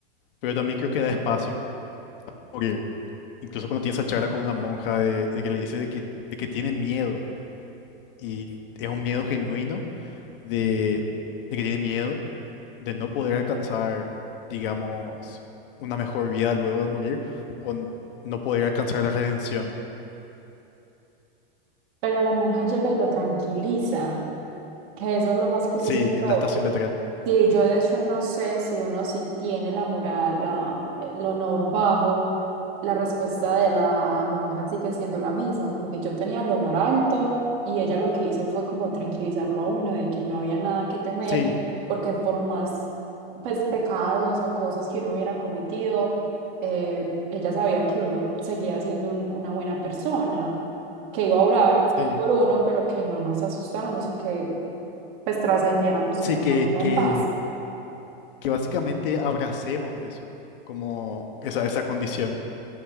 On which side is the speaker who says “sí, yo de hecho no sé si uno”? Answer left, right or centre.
Right